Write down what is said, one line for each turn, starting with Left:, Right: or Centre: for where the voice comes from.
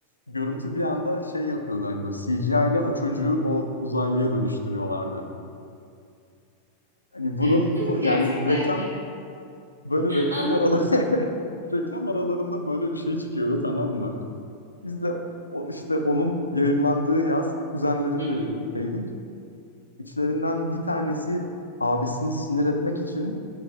Left: görüntü bir anda şey yapıyordu hani böyle CGI ile o çocuğu o uzaylıya dönüştürüyorlardı. Hani bunun
Right: <laughs>
Left: bu
Right: Gerçekten
Left: yani reklam
Right: yap.
Left: böyle reklam
Right: Anladım.
Left: araları <laughs> reklam aralarında böyle bir şey çıkıyordu tamam mı? Biz de o, işte onun yayımlandığı yaz kuzenlerimle
Right: Hı hı.
Left: birlikteydik. İçlerinden bir tanesi abisini sinir etmek için